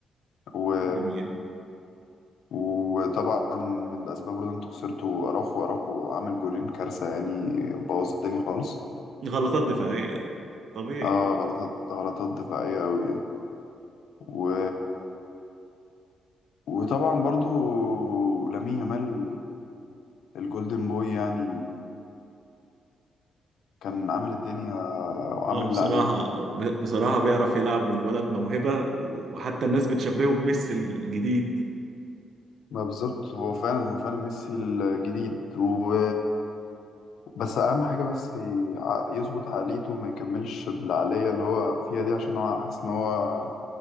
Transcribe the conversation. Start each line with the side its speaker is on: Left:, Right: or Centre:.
Left: و...
Right: جميل
Left: وطبعا من الأسباب برضه انتوا خسرتوا أراوخو أراوخو عامل جولين كارثة يعني بوظ الدنيا خالص
Right: غلطات دفاعية طبيعي
Left: اه غلطات غلطات دفاعية أوي يعني و... وطبعا برضو لامين يامال الجولدن بوي يعني كان عامل الدنيا وعامل
Right: اه
Left: اللي
Right: بصراحة
Left: عليه
Right: ب- بصراحة بيعرف يلعب والولد موهبة وحتى الناس بتشبهه بميسي الجديد
Left: ما بالظبط هو فعلا هو فعلا ميسي الجديد و... بس اهم حاجه بس ع- يظبط عقليته ما يكملش بالعقليه اللي هو فيها دي عشان هو حاسس ان هو